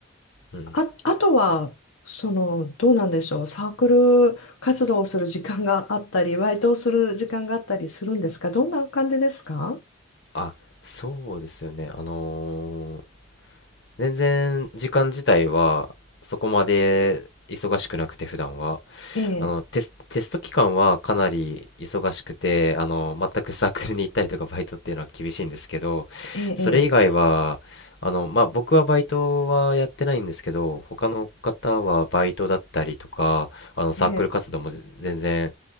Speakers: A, on the left; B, on the left.
A: うん。
B: あ、あとは、その、どうなんでしょう、サークル活動をする時間があったり、バイトをする時間があったりするんですかどんな感じですか
A: あ、そうですよね。あのー全然時間自体はそこまで忙しくなくて普段は。
B: ええ、
A: あのテス、テスト期間はかなり忙しくてあの全くサークルに行ったりとかバイトっていうのは厳しいんですけどそれ以外はあの、
B: ええ、
A: まあ、僕はバイトはやってないんですけど他の方はバイトだったりとかあのサークル活動もぜ全然
B: ええ、